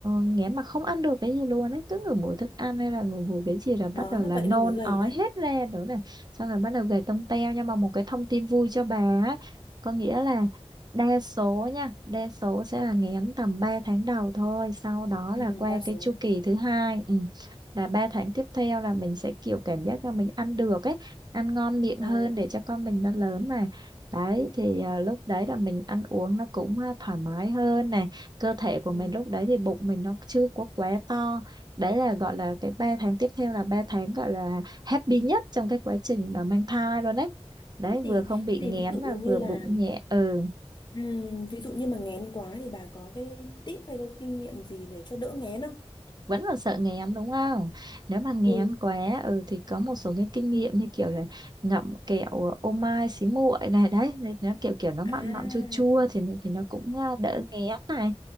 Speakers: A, on the right; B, on the left.
A: nghén mà không ăn được cái gì luôn ấy cứ ngửi mùi thức ăn hay là ngửi mùi cái gì là bắt
B: đó
A: đầu là
B: vậy
A: nôn
B: nên mới gầy
A: ói
B: đấy
A: hết ra nữa này xong rồi bắt đầu gầy tông teo nhưng mà một cái thông tin vui cho bà ấy có nghĩa là đa số nha đa số sẽ là nghén tầm 3 tháng đầu thôi sau đó
B: ừ,
A: là qua
B: đa số
A: cái chu kỳ thứ hai ừ. là 3 tháng tiếp theo là mình sẽ kiểu cảm giác là mình ăn được ấy ăn ngon miệng hơn
B: à,
A: để cho con mình nó lớn mà đấy thì à, lúc đấy là mình ăn uống nó cũng à, thoải mái hơn này cơ thể của
B: ừ.
A: mình lúc đấy thì bụng mình nó chưa có quá to đấy là gọi là cái 3 tháng tiếp theo là 3 tháng gọi là happy nhất trong cái quá trình mà mang thai luôn đấy đấy
B: thế
A: vừa
B: thì
A: không
B: thế
A: bị
B: thì
A: nghén
B: ví dụ
A: và
B: như
A: vừa
B: là
A: bụng nhẹ ừ
B: ừ, ví dụ như mà nghén quá thì bà có cái tip hay có kinh nghiệm gì để cho đỡ nghén không
A: vẫn là sợ nghén đúng không nếu mà nghén
B: ừ
A: quá ừ thì có một số cái kinh nghiệm như kiểu là ngậm kẹo ô mai xí muội này đấy thì nó kiểu kiểu nó mặn
B: à
A: mặn chua chua thì thì nó cũng à, đỡ nghén này